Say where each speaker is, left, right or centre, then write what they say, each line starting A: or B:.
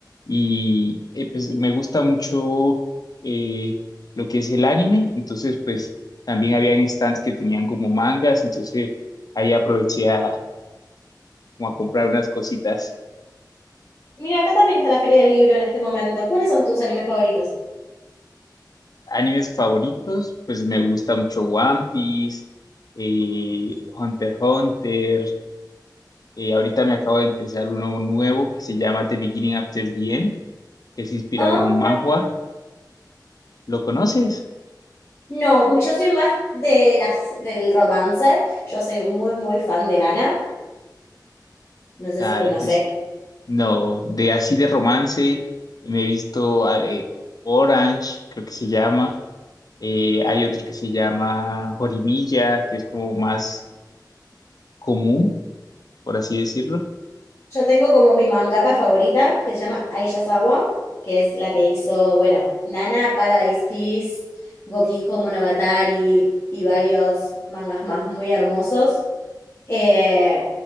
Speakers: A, on the left; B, on the left.
A: Y eh, pues me gusta mucho eh, lo que es el anime, entonces pues también habían stands que tenían como mangas, entonces ahí aproveché a, como a comprar unas cositas.
B: Mira, acá también está la Feria del Libro en este momento. ¿Cuáles son tus animes favoritos?
A: Animes favoritos, pues me gusta mucho One Piece, eh, Hunter x Hunter. eh, ahorita me acabo de empezar uno nuevo que se llama The Beginning After the End, que es inspirado
B: Ah,
A: en un manhwa.
B: mira.
A: ¿Lo conoces?
B: No, yo soy más de las, del romance. Yo soy muy, muy fan de Nana. No sé
A: Ah,
B: si conoces.
A: des- no, de así de romance. Me he visto ah, eh, Orange, creo que se llama. eh, hay otro que se llama Horimiya, que es como más común, por así decirlo.
B: Yo tengo como mi mangaka favorita, que se llama Aisha que es la que hizo, bueno, Nana, Paradise Kiss, Gokinjo Monogatari y varios mangas más muy hermosos. Eh,